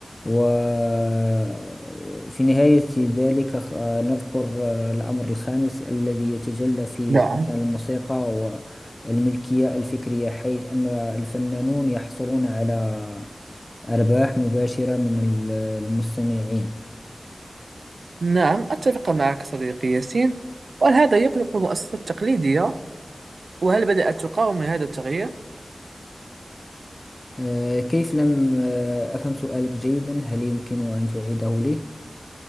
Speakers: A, on the left; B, on the right.
A: وفي نهاية ذلك خ- آه، نذكر آه، الأمر الخامس الذي يتجلى في
B: نعم
A: أن الموسيقى والملكية الفكرية حيث أن الفنانون يحصلون على أرباح مباشرة من ال- المستمعين
B: نعم أتفق معك صديقي ياسين وهل هذا يقلق المؤسسات التقليدية؟ وهل بدأت تقاوم هذا التغيير؟
A: آه، كيف لم آه، أفهم سؤالك جيدا هل يمكن أن تعيده لي؟